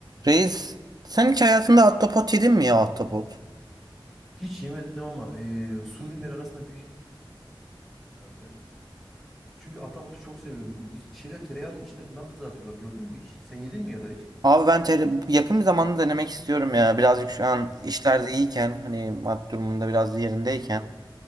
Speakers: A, on the right; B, in the centre.
A: Reis, sen hiç hayatında ahtapot yedin mi ya ahtapot?
B: Hiç yemedim ama eee su ürünleri arasında büyük herhalde. Çünkü ahtapotu çok seviyorum. Bu iz- şeyler tereyağının içinde falan kızartıyorlar. Gördün mü hiç? Sen yedin mi ya da hiç?
A: Abi ben tele- yakın bir zamanda denemek istiyorum ya. Birazcık şu an
B: Hı
A: işlerde
B: hı.
A: iyiyken, hani maddi durumunda biraz yerindeyken
B: Evet.